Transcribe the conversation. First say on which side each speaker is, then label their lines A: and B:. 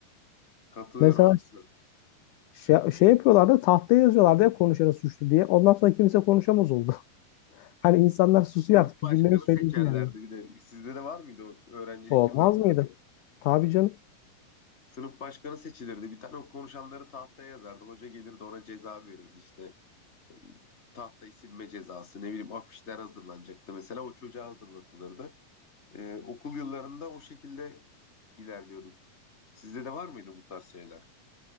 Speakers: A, on the left; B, on the left.
A: Katılıyorum
B: Mesela
A: abi sana.
B: şey, şey yapıyorlardı tahtaya yazıyorlardı ya konuşanı suçlu diye. Ondan sonra kimse konuşamaz oldu. <laughs> Hani insanlar susuyor
A: Sınıf
B: artık fikirlerini
A: başkanı
B: söyleyecek
A: seçerlerdi
B: yani.
A: bir de. Sizde de var mıydı o öğrencilik
B: Olmaz
A: yıllarında?
B: mıydı? Tabii canım.
A: Sınıf başkanı seçilirdi. Bir tane o konuşanları tahtaya yazardı. Hoca gelirdi ona ceza verirdi işte. E, Tahtayı silme cezası ne bileyim afişler hazırlanacaktı. Mesela o çocuğa hazırlatılırdı. E, okul yıllarında o şekilde ilerliyorduk. Sizde de var mıydı bu tarz şeyler?